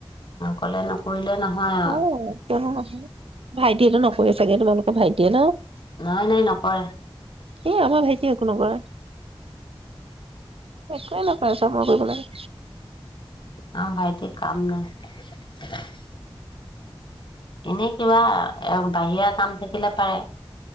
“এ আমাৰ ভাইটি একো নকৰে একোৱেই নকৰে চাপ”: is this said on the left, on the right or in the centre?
Right